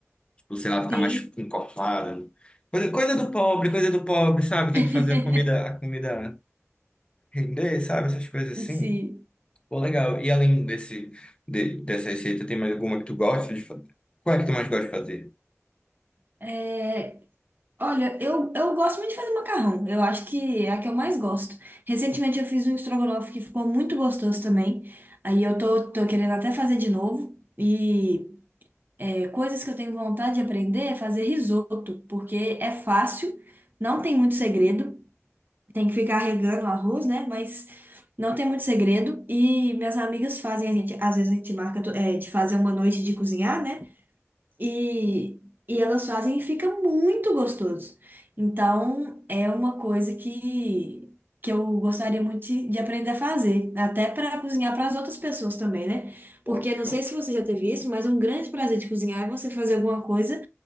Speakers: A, on the left; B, on the right.
A: Tipo, sei lá, ficar
B: Sim.
A: mais encorpada Coisa, coisa do pobre, coisa do pobre, sabe? Tem
B: <laughs>
A: que fazer a comida, a comida. Render, sabe? Essas coisas assim.
B: Sim.
A: Pô, legal. E além desse, de- dessa receita, tem mais alguma que tu gosta de fazer? Qual é que tu mais gosta de fazer?
B: É, olha, eu, eu gosto muito de fazer macarrão. Eu acho que é a que eu mais gosto. Recentemente eu fiz um estrogonofe que ficou muito gostoso também. Aí eu tô, tô querendo até fazer de novo. E Coisas que eu tenho vontade de aprender é fazer risoto, porque é fácil, não tem muito segredo, tem que ficar regando o arroz, né? Mas não tem muito segredo. E minhas amigas fazem, a gente, às vezes a gente marca to- é, de fazer uma noite de cozinhar, né? E, e elas fazem e fica muito gostoso. Então, é uma coisa que, que eu gostaria muito de, de aprender a fazer, até para cozinhar para as outras pessoas também, né?
A: Pô,
B: Porque não
A: show.
B: sei se você já teve isso, mas um grande prazer de cozinhar é você fazer alguma coisa